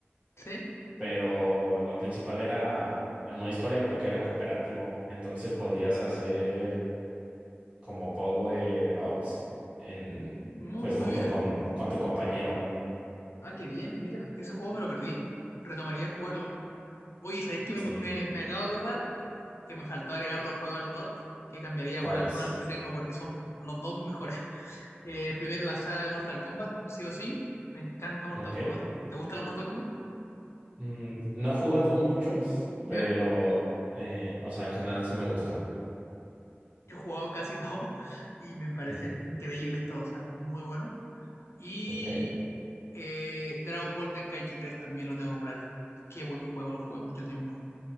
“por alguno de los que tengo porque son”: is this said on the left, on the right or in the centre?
Left